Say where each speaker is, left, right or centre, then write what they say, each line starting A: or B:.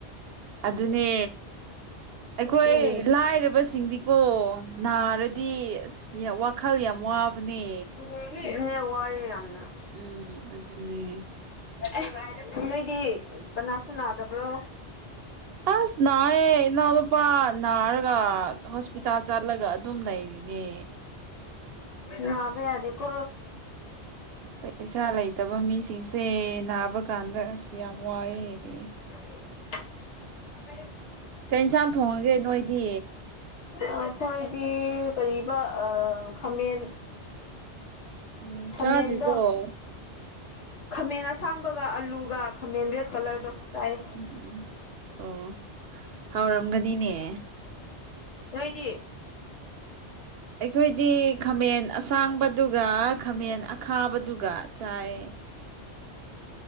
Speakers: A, on the right (about 65°); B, on the left (about 80°).
A: ꯑꯗꯨꯅꯦ ꯑꯩꯈꯣꯏ
B: ꯑꯗꯨꯒꯤ
A: ꯂꯥꯏꯔꯕꯁꯤꯡꯗꯤ ꯀꯣ ꯅꯥꯔꯗꯤ ꯑꯁ ꯋꯥꯈꯜ ꯌꯥꯝ ꯋꯥꯕꯅꯦ
B: ꯑꯗꯨꯅꯦ ꯋꯥꯏ ꯌꯥꯝꯅ
A: ꯎꯝ ꯑꯗꯨꯅꯦ
B: ꯑꯦ ꯅꯣꯏꯗꯤ ꯀꯅꯥꯁꯨ ꯅꯥꯗꯕ꯭ꯔꯣ
A: ꯑꯁ ꯅꯥꯌꯦ ꯏꯅꯥꯎꯅꯨꯄꯥ ꯅꯥꯔꯒ ꯍꯣꯁꯄꯤꯇꯥꯜ ꯆꯠꯂꯒ ꯑꯗꯨꯝ ꯂꯩꯔꯤ ꯌꯦ
B: ꯅꯕ ꯌꯥꯗꯦꯀꯣ
A: ꯏꯆꯥ ꯂꯩꯇꯕ ꯃꯤꯁꯤꯡꯁꯦ ꯅꯥꯕ ꯀꯥꯟꯗ ꯑꯁ ꯌꯥꯝ ꯋꯥꯏꯑꯦ
B: <inaudible>
A: ꯀꯩ ꯏꯟꯁꯥꯡ ꯊꯣꯡꯉꯒꯦ ꯅꯣꯏꯗꯤ
B: ꯑꯩꯈꯣꯏꯗꯤ ꯀꯔꯤꯕ ꯈꯥꯃꯦꯟ
A: ꯎꯝ
B: ꯈꯃꯦꯟꯗꫭ
A: ꯆꯥꯗ꯭ꯔꯤꯕꯣ
B: ꯈꯥꯃꯦꯟ ꯑꯁꯥꯡꯕꯒ ꯑꯂꯨꯒ ꯈꯥꯃꯦꯟ ꯔꯦꯠ ꯀꯂꯔꯗꯣ ꯆꯥꯏꯌꯦ
A: ꯎꯝ ꯎꯝ ꯑꯣ ꯍꯥꯎꯔꯝꯒꯅꯤꯅꯦ
B: ꯅꯣꯏꯗꯤ
A: ꯑꯩꯈꯣꯏꯗꯤ ꯈꯥꯃꯦꯟ ꯑꯁꯥꯡꯕꯗꯨꯒ ꯈꯥꯃꯦꯟ ꯑꯈꯥꯕꯗꯨꯒ ꯆꯥꯏ